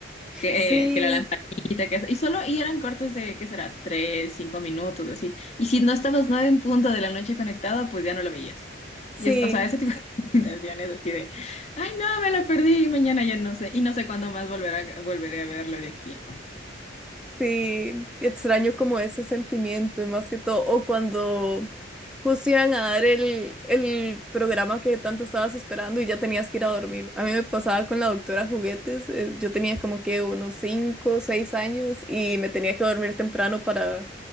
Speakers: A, on the left; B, in the centre.
A: que,
B: Sí,
A: que la lamparita, que eso, y solo, y eran cortos de, ¿qué será? Tres, cinco minutos, así. Y si no estabas nueve en punto de la noche conectado, pues ya no lo veías.
B: sí.
A: Y es, o sea, ese tipo de <laughs> intenciones así de, ay, no, me lo perdí, mañana ya no sé, y no sé cuándo más volverán, volveré a verlo de aquí.
B: Sí, extraño como ese sentimiento y más que todo, o cuando justo iban a dar el, el programa que tanto estabas esperando y ya tenías que ir a dormir. A mí me pasaba con la doctora Juguetes, eh, yo tenía como que unos cinco o 6 años y me tenía que dormir temprano para